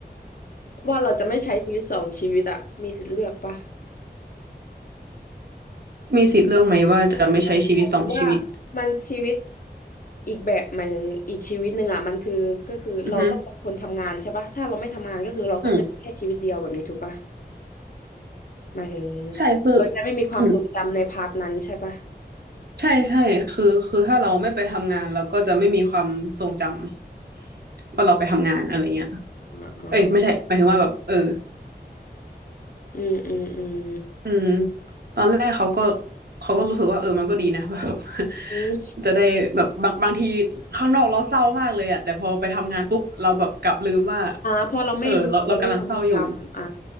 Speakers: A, on the left; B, on the right.
A: ว่าเราจะไม่ใช้ชีวิตสองชีวิตอะมีสิทธิ์เลือกปะ
B: มีสิทธิ์เรื่องไหมว่าจะไม่ใช้ชีวิตสองชีวิต
A: หมายถึงว่ามันชีวิตอีกแบบหมายถึงอีกชีวิตหนึ่งอะมันคือก็คือเราต้องเป็นคนทำงานใช่ปะถ้าเราไม่ทำงานก็คือเราก็จะมีแค่ชีวิตเดียวแบบนี้ถูกปะ
B: อือฮึอืม
A: หมายถึง
B: ใช่คือ
A: เราจะไม่มีความทรงจำในพาร์ทนั้นใช่ปะ
B: อืมใช่ใช่คือคือถ้าเราไม่ไปทำงานเราก็จะไม่มีความทรงจำว่าเราไปทำงานอะไรเงี้ย
A: อ่าอ่า
B: เอ้ยไม่ใช่หมายถึงว่าแบบเออ
A: อืมอืมอืม
B: อืมตอนแรกเขาก็เขาก็รู้สึกว่าเออมันก็ดีนะ <laughs> แบบ
A: อืม
B: <laughs> จะได้แบบบางบางทีข้างนอกเราเศร้ามากเลยอะแต่พอไปทำงานปุ๊บเราแบบกลับลืมว่า
A: อ่าพอเราไม่มีเราไม่มีความทรงจำอ่า
B: เออเราเรากำลังเศร้าอยู่